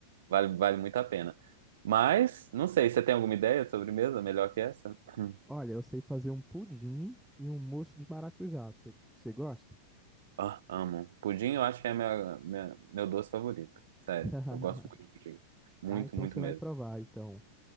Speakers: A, on the right; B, in the centre.
A: Vale, vale muito a pena. Mas, não sei, você tem alguma ideia de sobremesa melhor que essa? <clears throat> Hum.
B: Olha, eu sei fazer um pudim e um mousse de maracujá. Você você gosta?
A: Ah, amo. Pudim eu acho que é minha, minha- meu doce favorito. Sério,
B: <laughs>
A: eu gosto muito de pudim. Muito,
B: Ah, então
A: muito
B: você vai
A: mesmo.
B: provar, então.